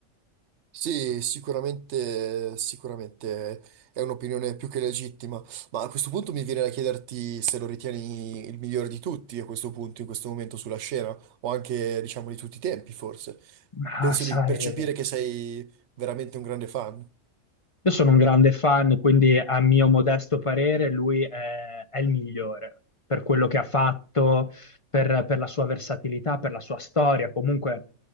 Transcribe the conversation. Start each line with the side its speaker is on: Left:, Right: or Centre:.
Right: Sì, sicuramente, sicuramente è un'opinione più che legittima, ma a questo punto mi viene da chiederti se lo ritieni il migliore di tutti a questo punto, in questo momento sulla scena, o anche, diciamo, di tutti i tempi, forse.
Left: Ma
Right: Penso
Left: sai,
Right: di percepire che sei veramente un grande fan.
Left: Io sono un grande fan, quindi a mio modesto parere lui è, è il migliore per quello che ha fatto, per, per la sua versatilità, per la sua storia. Comunque